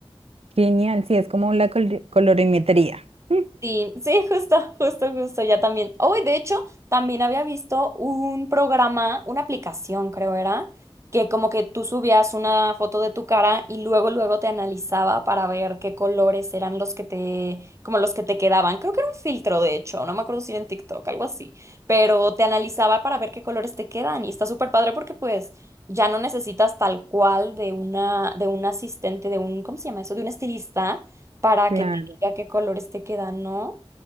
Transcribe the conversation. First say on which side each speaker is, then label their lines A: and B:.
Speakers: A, on the right; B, on the right.
A: Genial, sí, es como la col- colorimetría. <laughs>
B: Sí, sí, justo, justo, justo, ya también. Hoy, de hecho, también había visto un programa, una aplicación, creo era, que como que tú subías una foto de tu cara y luego, luego te analizaba para ver qué colores eran los que te, como los que te quedaban. Creo que era un filtro, de hecho, no me acuerdo si era en TikTok, algo así, pero te analizaba para ver qué colores te quedan y está súper padre porque pues ya no necesitas tal cual de una, de un asistente, de un, ¿cómo se llama eso? De un estilista para
A: Claro.
B: que te a qué colores te quedan, ¿no?